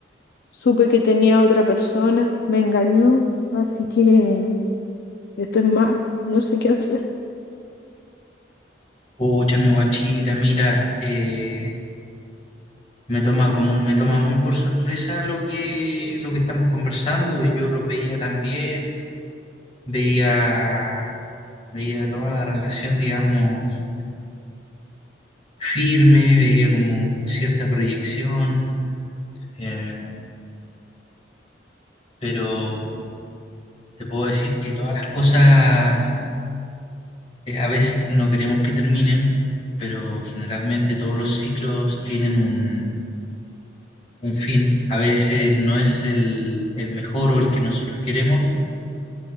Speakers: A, on the left (about 60°); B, on the left (about 35°).
A: Supe que tenía otra persona, me engañó, así que estoy mal, no sé qué hacer.
B: Pucha, mi guachita, mira, eh, me toma como, me toma muy por sorpresa lo que, lo que estamos conversando. Yo los veía también, veía, veía toda la relación, digamos, firme, veía como cierta proyección, eh, pero. Te puedo decir que todas las cosas eh, a veces no queremos que terminen, pero generalmente todos los ciclos tienen un, un fin. A veces no es el, el mejor o el que nosotros queremos